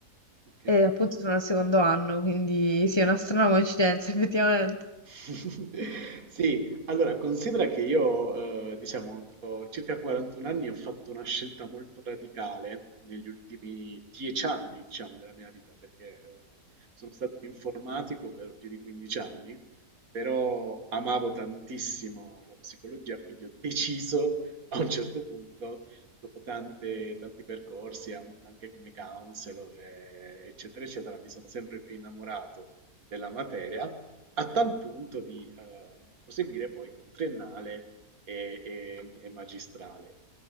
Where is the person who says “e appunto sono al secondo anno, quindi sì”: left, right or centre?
Left